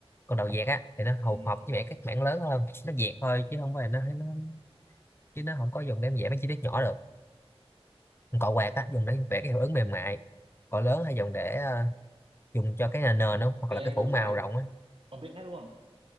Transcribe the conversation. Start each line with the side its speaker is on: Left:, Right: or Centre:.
Left: còn đầu dẹt á thì nó hầu
Right: ừ
Left: hợp với vẽ các mảng lớn hơn nó dẹt thôi chứ không phải là nó, nó chứ nó không có dùng để vẽ mấy chi tiết nhỏ được Còn cọ quạt á dùng để vẽ cái hiệu ứng mềm mại cọ lớn hay dùng để à, dùng cho cái nền nền không hoặc
Right: ghê
Left: là cái
Right: vậy
Left: phủ màu
Right: trái
Left: rộng á
Right: ông biết hết luôn